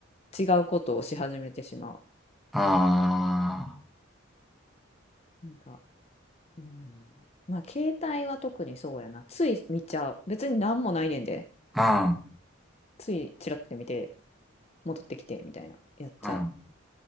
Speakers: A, on the left; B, in the centre.
A: 違うことをし始めてしま
B: あ
A: う。なんか、うん、まあ携帯は特にそうやな。つい見ちゃう。別に何もないねんで。
B: あ、
A: ついチラッて見て戻ってきてみたいな。やっちゃ
B: うん、